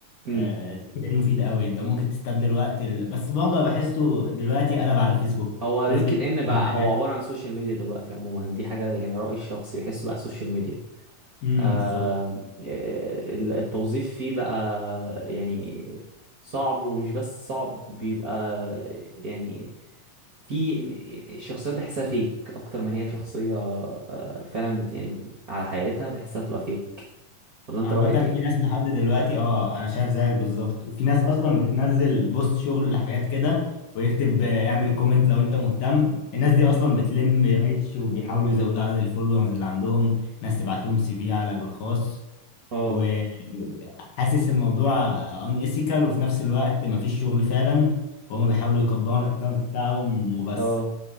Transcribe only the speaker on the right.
امم
هو لينكد
ان بقى
هو عبارة عن سوشيال ميديا دلوقتي عموما دي حاجة يعني رأيي الشخصي بحسه بقى سوشيال ميديا
آم،
آه، ال- التوظيف فيه بقى يعني صعب ومش بس صعب بيبقى يعني في الشخصيات بحسها فيك اكتر ما هي شخصية آه، فعلا بت يعني على حقيقتها بحسها بتبقى فيك ولا انت
رأيك ايه؟
اه
اه